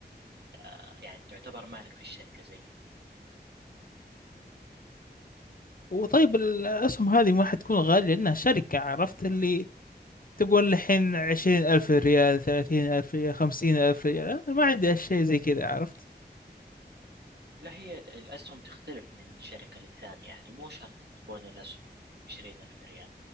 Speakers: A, on the right (about 70°); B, on the left (about 55°).
A: آه، يعني تعتبر مالك في الشركة زيهم
B: وطيب الأسهم هذه ما حتكون غالية لأنها شركة عرفت اللي تقول الحين عشرين ألف ريال ثلاثين ألف ريال خمسين ألف ريال أنا ما عندي أشياء زي كذا عرفت
A: لا هي ال- الأسهم تختلف من شركة للثانية يعني مو شرط تكون الأسهم عشرين ألف ريال